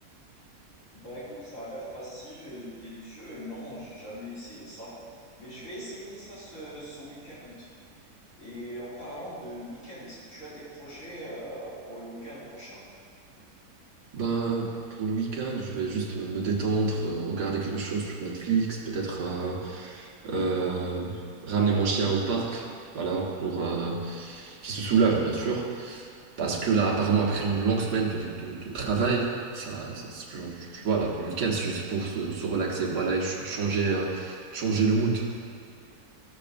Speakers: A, on the left; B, on the right.
A: Bah écoute, ça a l'air facile et délicieux et non, j'ai jamais essayé ça. Mais je vais essayer ça ce, ce week-end. Et en parlant de week-end, est-ce que tu as des projets euh, pour le week-end prochain?
B: Bah, pour le week-end, je vais juste me détendre, euh, regarder quelque chose sur Netflix, peut-être euh, euh, ramener mon chien au parc, voilà, pour euh, qu'il se soulage, bien sûr. Parce que là, apparemment, après une longue semaine de, de, de travail, ça, ça- tu, tu vois, là, le week-end, c'est juste pour se, se relaxer, voilà, et ch- changer, euh, changer le mood.